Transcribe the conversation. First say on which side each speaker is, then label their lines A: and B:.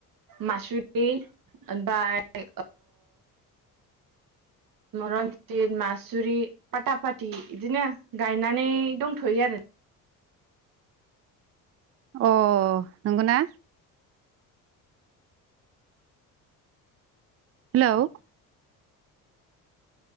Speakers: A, on the right; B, on the right.
A: मासुदि ओमफ्राय रन्जित मासुरि फाथा फाति बिदिनो गायनानै दंथ'यो आरो
B: अ नंगौ ना हेलौ